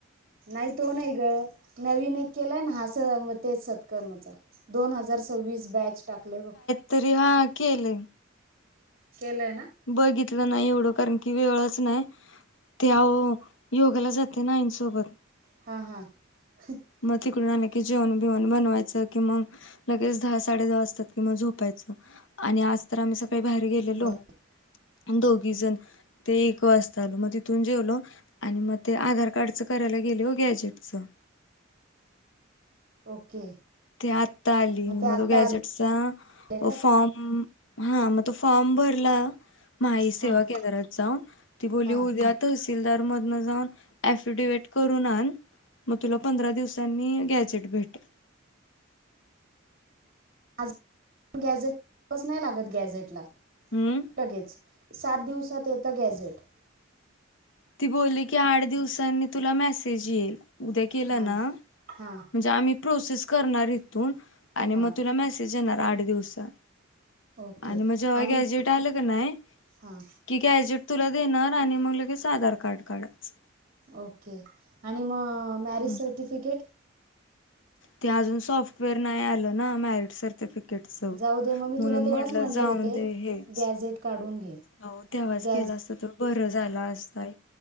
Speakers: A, on the right; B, on the left.
A: नाही तो नाही ग नवीन एक केलाय ना हस मग तेच सत्कर मच! दोन हजार सव्वीस बॅच टाकले बघ,
B: तरी हा केलंय,
A: केले आहे ना,
B: बघितलं नाही एवढं कारण कि वेळच नाही ते अहो, योगाला जाते ना आई सोबत,
A: हा हा <unintelligible>
B: मग तिकडून आलं की जेवण बीवण बनवायचं कि मग? लगेच दहा साडे दहा वाजता किं म झोपायचं आणि आज तर आम्ही सकाळी बाहेर गेलतो.
A: बरं
B: दोघी जण ते एक वाजता आल मग तिथून जेवलो! आणि मग ते आधार कार्डचं करायला गेले हो गॅजेटचं
A: ओके,
B: ते आता आली
A: मग ते
B: म
A: आत्ता
B: तो गॅजेटचा
A: आले काय?
B: अ फॉर्म, हा मग तो फॉर्म भरला माही सेवा
A: हां
B: केंद्रात जाऊन ती बोलली
A: हां
B: उद्या. तसीलदार मधन जाऊन अफिडिट करून आन. मग तुला पंधरा दिवसांनी गॅजेट भेटल,
A: आज गॅझेट बस नाही लागत गॅझेटला?
B: हम्म,
A: लगेच सात दिवसात येतं गॅझेट!
B: ती बोलली की आठ दिवसांनी तुला मेसेज येईल उद्या केलं
A: हां
B: ना,
A: हां
B: म्हणजे आम्ही प्रोसेस करणार इथून आणि
A: हां
B: मग तुला मेसेज येणार आठ दिवसात.
A: ओके
B: आणि म जेव्हा
A: आणि
B: गॅजट आलं का नाय
A: हां
B: कि, गॅजेट तुला देणार आणि मग लगेच आधार कार्ड काढाएच.
A: ओके आणि मग मॅरिज
B: हम्म
A: सर्टिफिकेट
B: ते अजून सॉफ्ट, फवेअर नाही आलं ना मॅरिट सर्टिफिकेटच म्हणून
A: जाऊ दे मग मी तुला तेव्हाच
B: म्हटलं
A: म्हणले
B: जाऊन
A: होते
B: दे हेच!
A: गॅझेट काढून घे,
B: हो तेव्हाच
A: गॅझेट
B: केला असत तो बरं झाला असताय,